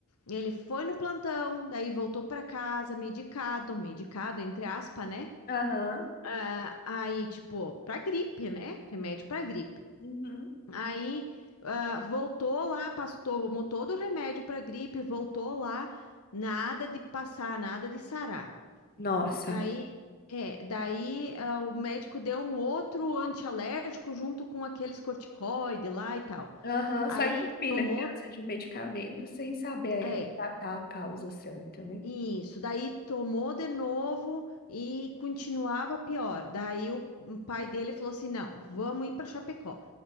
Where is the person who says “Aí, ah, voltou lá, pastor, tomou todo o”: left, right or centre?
Left